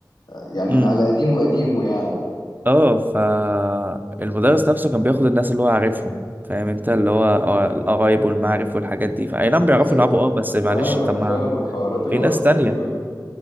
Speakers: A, on the left (about 70°); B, on the right (about 25°).
A: يعني
B: امم
A: من على قديمه قديمه يعني
B: اه فالمدرس نفسه كان بياخد الناس اللي هو عارفهم فاهم انت اللي هو آه، القرايب والمعارف والحاجات دي فأي نعم بيعرفوا
A: ايوه
B: يلعبوا اه بس معلش
A: فاهمك
B: طب ما
A: فاهمك حوارات الواسطة
B: في ناس تانية
A: دي وال...